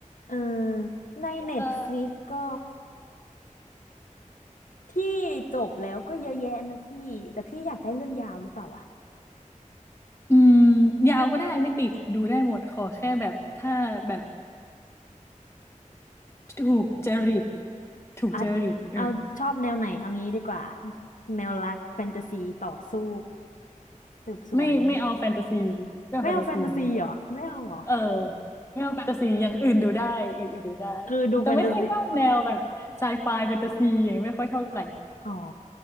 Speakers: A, on the left; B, on the left.
A: เออในเน็ตฟ
B: เออ
A: i ิกก็ที่จบแล้วก็เยอะแยะนะพี่แต่พี่อยากได้เรื่องยาวหรือเปล่าอะ
B: อืมยาวก็ได้ไม่ติดดูได้หมดขอแค่แบบถ้าแบบถูกจริตถูกจริตเออ
A: อ่ะเอาชอบแนวไหนเอางี้ดีกว่าแนวรักแฟนตาซีต่อสู้สืบสวน
B: ไม่ไม่เอาแฟนตาซีไม่เอาแฟนตาซี
A: ไม่เอาแฟนตาซีเหรอไม่เอาเหรอ
B: เออไม่เอาแฟนตาซีอย่างอื่นดูได้อย่างอื่นดูได้
A: คือดูแฟนตาซี
B: แต่ไม่ค่อยชอบแนวแบบไซไฟแฟนตาซีอย่างเงี้ยไม่ค่อยเท่าไหร่
A: อ๋อ